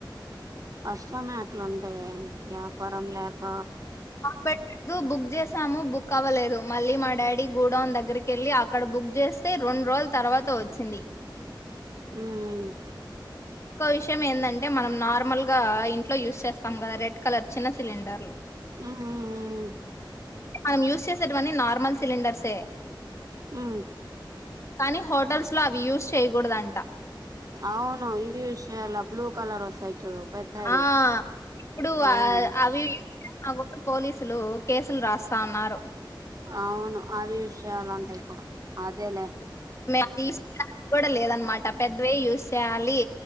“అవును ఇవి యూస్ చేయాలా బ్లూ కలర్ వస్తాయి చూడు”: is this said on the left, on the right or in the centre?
Right